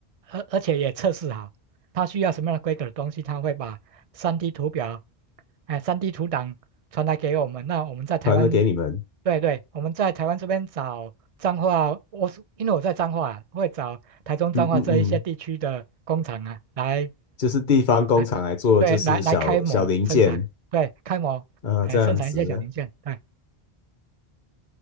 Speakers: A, on the right; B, on the left.
A: 而而且也测试好，他需要什么样的规格的东西，他会把 3D 图表，哎、3D 图档传来给我们，那我们在台湾，
B: 传了给你们。
A: 对对，我们在台湾这边找彰化，我是因为我在彰化，啊，会找台中彰化这一些地区的工厂啊，
B: 嗯嗯嗯，
A: 来
B: 就是地方工厂来做，
A: 来对来来开模生产，
B: 就是小小零件
A: 对，开模，
B: 啊，
A: 哎，
B: 这样子啊。
A: 生产一些小零件，对